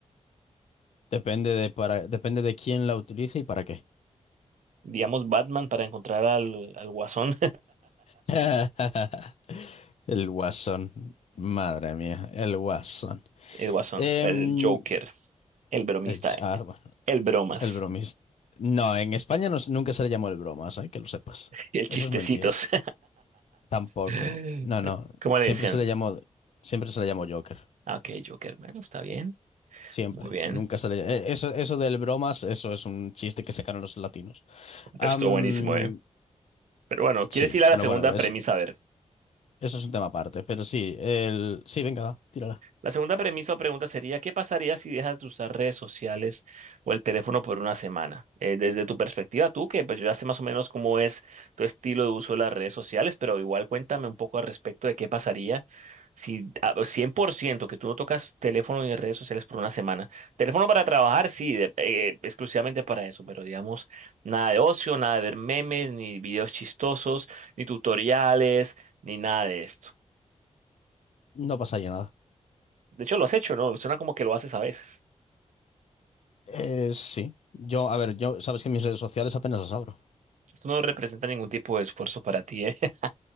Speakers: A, on the left; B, on the right.
A: Depende de para, depende de quién la utilice y para qué.
B: Digamos, Batman para encontrar al, al Guasón.
A: <laughs> El guasón. Madre mía, el guasón.
B: el Guasón,
A: Em,
B: el Joker, el bromista,
A: eh, ah, bueno.
B: el bromas,
A: El bromis. No, en España no, se- nunca se le llamó el bromas, hay que lo sepas.
B: el
A: Eso
B: chistecitos.
A: es mentira. Tampoco.
B: <laughs>
A: No, no.
B: ¿Cómo
A: Siempre
B: le decían?
A: se le llamó, siempre se le llamó Joker.
B: Ah, Ok, Joker, bueno, está bien,
A: Siempre.
B: muy bien,
A: Nunca se le eh, Eso, eso del bromas, eso es un chiste que sacaron los latinos.
B: pero
A: Am,
B: estuvo buenísimo, ¿eh? Pero bueno,
A: sí,
B: ¿quieres ir a
A: bueno,
B: la segunda
A: bueno, eso,
B: premisa? A ver.
A: eso es un tema aparte. Pero sí, el. Sí, venga, va, tírala.
B: La segunda premisa o pregunta sería, ¿qué pasaría si dejas de usar redes sociales o el teléfono por una semana? Eh, desde tu perspectiva, tú, que pues yo ya sé más o menos cómo es tu estilo de uso de las redes sociales, pero igual cuéntame un poco al respecto de qué pasaría si a- 100% que tú no tocas teléfono ni redes sociales por una semana. Teléfono para trabajar, sí, de- eh, exclusivamente para eso, pero digamos, nada de ocio, nada de ver memes, ni videos chistosos, ni tutoriales, ni nada de esto.
A: No pasaría nada.
B: De hecho, lo has hecho, ¿no? Suena como que lo haces a veces.
A: Eh, sí. Yo, a ver, yo, sabes que mis redes sociales apenas las abro.
B: Esto no representa ningún tipo de esfuerzo para ti, ¿eh? <laughs>